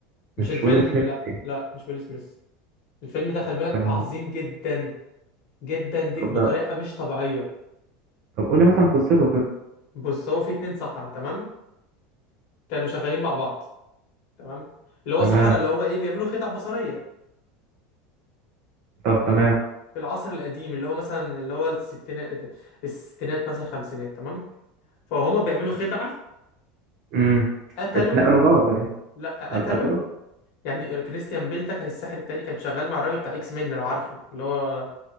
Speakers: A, on the left; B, on the right.
A: مش
B: مش
A: الفيلم
B: ويل سميث
A: لا
B: يعني
A: لا مش ويل سميث الفيلم ده خلي بالك
B: تمام
A: عظيم جدا جدا, جدا
B: طب
A: بطريقة
B: ده
A: مش طبيعية
B: طب قول لي مثلا قصته كده
A: بص هو في اتنين سحرة تمام كانوا شغالين مع بعض تمام اللي هو
B: تمام
A: سحرة اللي هو ايه بيعملوا خدع بصرية
B: طب
A: في ال-
B: تمام
A: في العصر القديم اللي هو مثلا اللي هو الستينات الستينات مثلا خمسينات تمام فهما بيعملوا خدعة
B: امم
A: قتلوا
B: اتنقلوا بقى ولا ايه
A: لا
B: أو
A: قتلوا
B: اتقتلوا
A: يعني كريستيان بيل ده كان الساحر التاني كان شغال مع الراجل بتاع اكس مين لو عارفه اللي هو